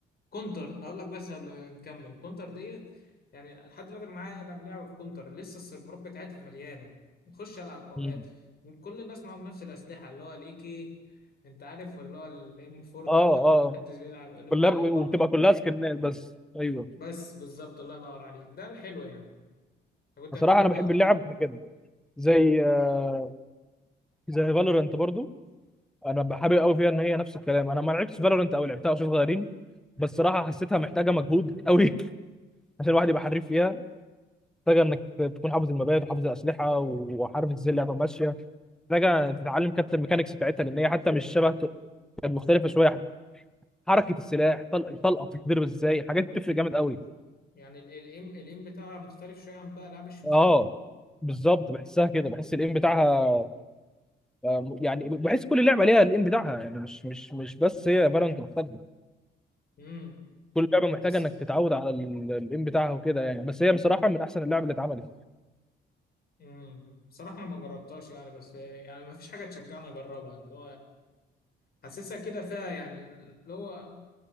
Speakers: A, on the left; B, in the centre.
A: كونتر اقول لك بس قبل ما نكمل كونتر ديت يعني لحد دلوقتي انا معايا انا بلعب كونتر لسه السيرفرات بتاعتها مليانه بخش العب اوقات
B: مم.
A: كل الناس معاهم نفس الاسلحه اللي هو الاي كي انت عارف اللي هو الام 4
B: اه
A: دوت
B: اه
A: ومحدش بيلعب الام
B: كلها ب- وبتبقى
A: 4
B: كلها سكنات بس ايوه
A: بس بالظبط الله ينور عليك ده الحلو يعني كنت
B: بصراحه
A: هتقولي
B: انا
A: بقى
B: بحب اللعب في كده زي آه، زي فالورنت برضو انا بحابب قوي فيها ان هي نفس الكلام انا ما لعبتش فالورنت او لعبتها وانا صغيرين بس صراحه حسيتها محتاجه مجهود قوي <laughs> عشان الواحد
A: امم
B: يبقى حريف فيها محتاجة إنك تكون حافظ المبادئ وحافظ الأسلحة وعارف إزاي اللعبة ماشية محتاجة تتعلم كابتن الميكانيكس بتاعتها لأن هي حتى مش شبه كانت مختلفة شوية حركة السلاح طلق- طلقة بتتضرب إزاي الحاجات دي بتفرق جامد قوي
A: يعني الام الام بتاعها مختلف شويه عن بقى العاب الشوتينج
B: اه بالظبط بحسها كده بحس الايم بتاعها آه، يعني بحس كل لعبه ليها الايم بتاعها يعني مش مش مش بس هي فالورانت مختلفه
A: امم
B: كل لعبه محتاجه
A: بس
B: انك تتعود على ال- الايم بتاعها وكده يعني بس هي بصراحه من احسن اللعب اللي اتعملت
A: امم بصراحه انا ما جربتهاش يعني بس يعني ما فيش حاجه تشجعني اجربها اللي هو حاسسها كده فيها يعني اللي هو